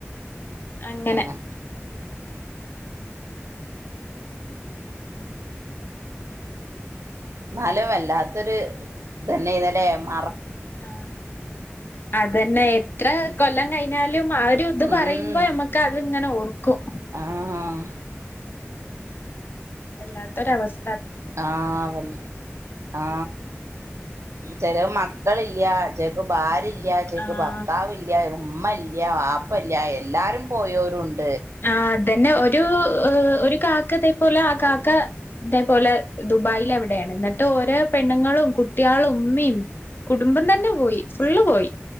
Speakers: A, on the left; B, on the right.
A: അങ്ങനെ
B: ആഹ്‌ എന്നാലും വല്ലാത്തൊരു ഇതന്നെ ഇന്നലെ മറ
A: ആ അതന്നെ എത്ര
B: ഉം
A: കൊല്ലം കഴിഞ്ഞാലും ആ ഒരു ഇതു
B: ഉം
A: പറയുമ്പോ നമ്മക്കെ അതെ ഇങ്ങനെ ഓർക്കും.
B: ആഹ്
A: വല്ലാത്തൊര അവസ്
B: ആ വല്ല ആ ചെലെ മക്കളില്ല ചെ ക്ക് ഭാര്യാല്ല ചെക്ക്
A: ആഹ്
B: ഭർത്താവില്ല ഉമ്മല്ല വപ്പല്ല എല്ലാരും പോയവരുണ്
A: ആ അതന്നെ ഒരു ഒരു കാക്ക അതേ പോലെ ആ കാക്ക ഇതേപോലെ ദുബായില എവിടെയാണ് എന്നിട്ട് ഓരോ പെണ്ണുങ്ങളും കുട്ടികളും ഉമ്മയും കുടുംബം തന്നെ പോയി ഫുള്ള് പോയി